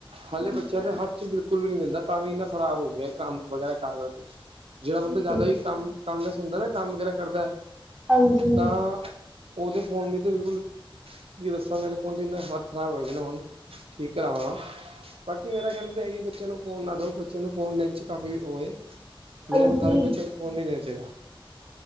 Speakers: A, on the right; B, in the centre.
A: ਹਾਲੇ
B: ਹਾਂਜੀ
A: ਬੱਚੇਆਂ ਦੇ ਹੱਥ ਚ ਬਿਲਕੁਲ ਵੀ ਨਈ ਦਿੰਦਾ ਤਾਂ ਵੀ ਇੰਨਾ ਖ਼ਰਾਬ ਹੋ ਗੇਆ ਕੰਮ ਵਗੈਰਾ ਕਰ ਕਰਕੇ ਜੇੜਾ ਬੰਦਾ
B: ਠੀਕ
A: ਜ਼ਾਦਾ ਈ ਕੰਮ ਕੰਮ ਚ ਹੁੰਦਾ ਨਾ ਕੰਮ ਵਗੈਰਾ ਕਰਦਾ
B: ਹਾਂਜੀ
A: ਤਾਂ ਓਦੇ ਫੋਨ ਦੀ ਤਾਂ ਬਿਲਕੁਲ ਕੀ ਦੱਸਾਂ ਮੇਰੇ ਫੋਨ ਦੀ ਏਨਾ ਹਾਲਤ ਖ਼ਰਾਬ ਹੋਏ ਨੇ ਹੁਣ ਠੀਕ ਕਰਾਵਾਂਗਾ। ਬਾਕੀ ਮੇਰਾ ਕੈਣਾ ਤਾਂ ਐਹੀ ਆ ਬੱਚੇਆਂ ਨੂੰ ਫੋਨ ਨਾ ਦਉ ਬੱਚਿਆਂ ਨੂੰ ਫੋਨ ਲਂਚ ਕਾਫ਼ੀ ਉਹਵੇ
B: ਹਾਂਜੀ
A: ਮੇਰੇ ਮੁਤਾਬੀਕ ਬੱਚੇਆ ਨੂੰ ਫੋਨ ਨਈ ਦੇਣਾ ਚਾਈਦਾ।